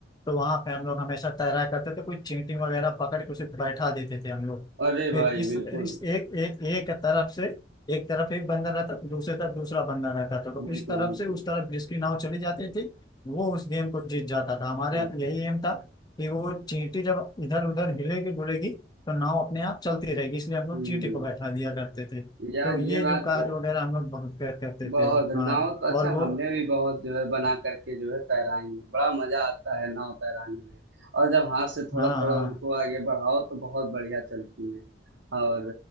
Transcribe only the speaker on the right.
अरे
भाई
बिल्कुल
बिल्कुल
बिल्कुल
बिल्कुल
हम्म
यार
ये बात
तो
बहुत
नाव
तो अच्छा
हमने भी बहुत जो है बना करके जो है तैराई है बड़ा मजा आता है नाव तैराने में और जब हाथ से थोड़ा
थोड़ा
उनको आगे बढ़ाओ तो बहुत बढ़िया चलती है और